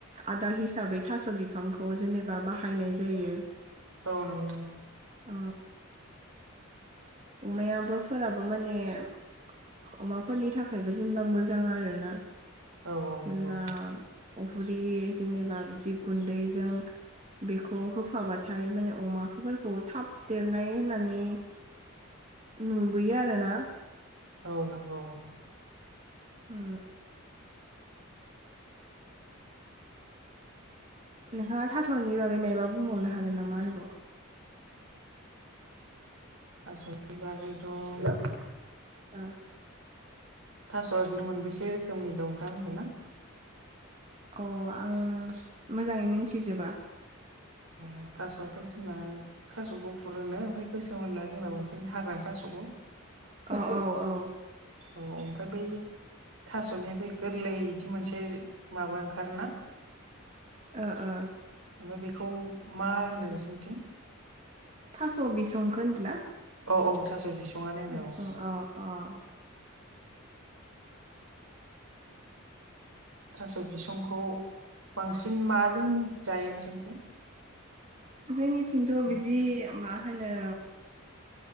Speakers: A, on the right; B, on the right.
A: आदार हिसाबै थास' बिफां खौ जेनेबा बाहायनाय जायो।
B: औ नंगौ।
A: औ अमायाबो फोराबो माने अमाफोरनि थाखायबो जेनेबा मोजां आरो ना
B: औ औ
A: जेनेबा
B: नंगौ
A: अहुरि जेनेबा बिदि गुन्दैजों बेखौ होफाबाथाय माने अमाफोरखौ थाब देरनाय होननानै नुबोयो आरोना।
B: औ नंगौ औ।
A: ओ। नोंथाङा थास'नि बागै मायबा बुंबावनो हागोन नामा आरोबाव?
B: थास'नि बागैथ'
A: ओ।
B: थास' ओरैनो मोनबेसे रोखोमनि दं नोंथां मिथियो ना?
A: अ आं मोजाङै मोनथिजोबा।
B: अ थासआवथ' जोंना थास' गुफुर होनो ओमफ्राय गोसोम होनो जोंना बांसिन हाग्रानि थास'खौ।
A: औ औ औ।
B: औ ओमफ्राय बै। थास'नि बे गोरलै बिदि मोनसे माबा ओंखारोना।
A: ओ ओ।
B: ओमफ्राय बेखौ मा होनो नोंसिनिथिं?
A: थास' बिसंखौ होनदों ना?
B: औ औ। थास' बिसंङानो होनो
A: बिसं
B: औ।
A: अ अ।
B: थास' बिसंखौ बांसिन माजों जायो नोंसोरथिं।
A: जोंनिथिंथ' बिदि मा होनो।